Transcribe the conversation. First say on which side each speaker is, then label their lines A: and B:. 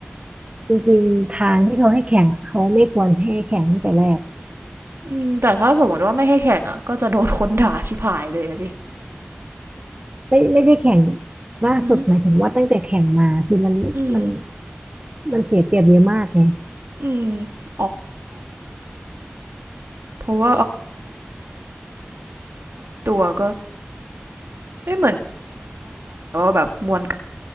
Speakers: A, on the right; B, on the right.
A: จริงๆทางที่เขาให้แข่งอะเขาไม่ควรให้แข่งตั้งแต่แรก
B: อืมแต่ถ้าสมมติว่าไม่ให้แข่งอะก็จะโดนคนด่าชิบหายเลยสิ
A: ไม่ไม่ใช่แข่งล่าสุดหมายถึงว่าตั้งแต่แข่งมาคือมันไม่มัน
B: อืมอืม
A: มันเสียเปรียบเยอะมากไง
B: อืมเพราะวก็เอ้ะแบบมวย